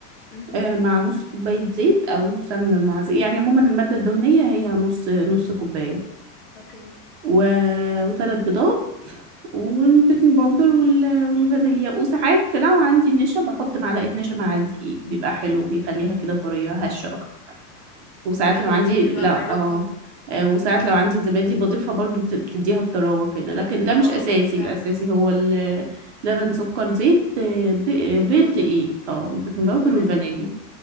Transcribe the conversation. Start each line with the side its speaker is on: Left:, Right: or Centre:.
Left: امم
Right: آه، مع نص كوباية زيت أو سمنة مع زيت يعني عموما المادة الدهنية هي نص نص كوباية
Left: اوكي
Right: و... وثلاث بيضات والبيكنج باودر وال... والفانيليا وساعات لو عندي النشا بحط معلقة نشا مع الدقيق بيبقى حلو بيخليها كده طرية هشة أكتر وساعات
Left: طب حلوة
Right: لو عندي
Left: دي هبقى
Right: لا
Left: اجربها
Right: اه آه، وساعات لو عندي زبادي
Left: تمام
Right: بضيفها برضو بت- بتديها الطراوة كده لكن ده
Left: اه
Right: مش أساسي
Left: اه آه، فعلا
Right: الأساسي هو ال- لبن سكر زيت آه، ب- آه،
Left: بيكنج
Right: بيض
Left: باودر
Right: دقيق اه البيكنج
Left: وفانيليا
Right: باودر والفانيليا